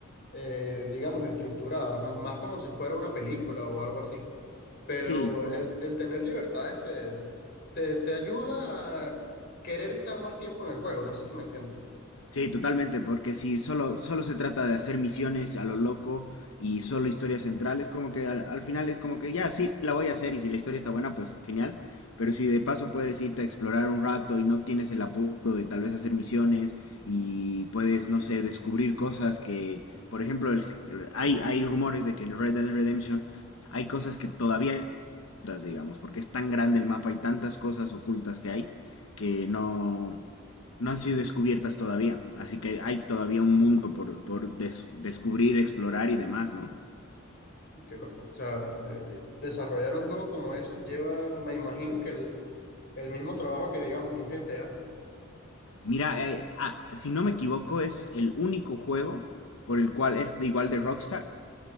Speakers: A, on the left (about 55°); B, on the left (about 85°).
A: eh, digamos, estructurada, más, más como si fuera una película o algo así. Pero
B: sí, como
A: el, el tener libertades te, te, te ayuda a querer estar más tiempo en el juego. No sé si me entiendes.
B: Sí, totalmente, porque si solo, solo se trata de hacer misiones a lo loco y solo historias centrales, como que al, al final es como que ya, sí, la voy a hacer y si la historia está buena, pues genial, pero si de paso puedes irte a explorar un rato y no tienes el apuro de tal vez hacer misiones y puedes, no sé, descubrir cosas que, por ejemplo, el- hay, hay rumores de que el Red Dead Redemption, hay cosas que todavía, digamos, porque es tan grande el mapa, hay tantas cosas ocultas que hay que no no han sido descubiertas todavía. Así que hay todavía un mundo por, por des- descubrir, explorar y demás, ¿no?
A: Qué loco. O sea, eh, desarrollar un juego como eso lleva, me imagino que el, el mismo trabajo que, digamos, un GTA.
B: Mira, eh, ah, si no me equivoco, es el único juego por el cual es de igual de Rockstar,